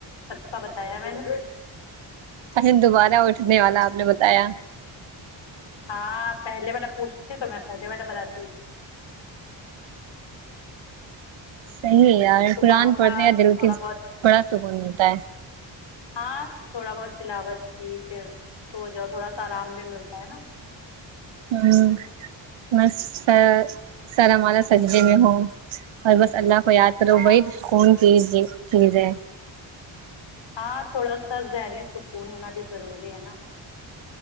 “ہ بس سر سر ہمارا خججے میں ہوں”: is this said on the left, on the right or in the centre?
Right